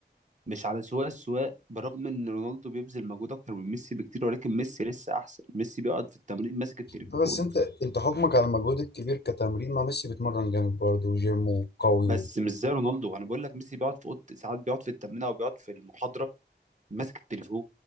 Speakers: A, on the right (about 40°); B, on the left (about 65°).
A: مش على سواء السواء برغم ان رونالدو بيبذل مجهود اكتر من ميسي بكتير ولكن ميسي لسه احسن ميسي بيقعد في التمرين ماسك التليفون
B: بس انت انت حكمك على المجهود الكبير كتمرين ما ميسي بيتمرن جامد برضه وجيم وقوي
A: بس
B: و...
A: مش زي رونالدو انا بقول لك ميسي بيقعد في اوضه ساعات بيقعد في التمرين او بيقعد في المحاضره ماسك التليفون